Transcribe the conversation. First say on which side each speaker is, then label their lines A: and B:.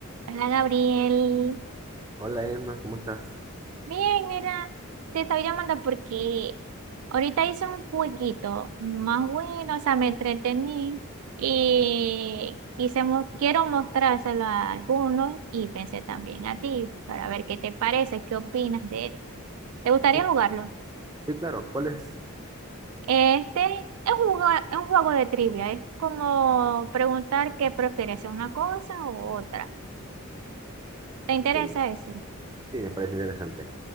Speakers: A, on the right (about 75°); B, on the right (about 15°).
A: Hola Gabriel.
B: Hola Emma, ¿cómo estás?
A: Bien, mira, te estaba llamando porque ahorita hice un jueguito más bueno, o sea, me entretení y quise mo- quiero mostrárselo a algunos y pensé también a ti para ver qué te parece, qué opinas de él. ¿Te gustaría
B: Sí,
A: jugarlo?
B: sí, claro, ¿cuál es?
A: Este es un, jue- es un juego de trivia, es como preguntar qué prefieres, una cosa u otra. ¿Te interesa
B: Ok, sí,
A: ese?
B: me parece interesante.